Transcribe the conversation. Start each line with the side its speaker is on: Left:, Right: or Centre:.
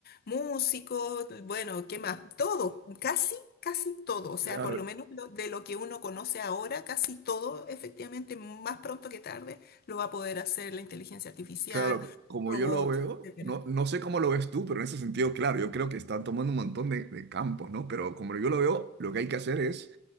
Left: músico, bueno, ¿qué más? Todo, casi, casi todo, o sea,
Right: Claro,
Left: por lo menos lo- de lo que uno conoce ahora, casi todo, efectivamente, más pronto que tarde, lo va a poder hacer la inteligencia artificial,
Right: claro, como
Left: robots,
Right: yo lo veo,
Left: etcétera.
Right: no, no sé cómo lo ves tú, pero en ese sentido, claro, yo creo que están tomando un montón de, de campos, ¿no? Pero como yo lo veo, lo que hay que hacer es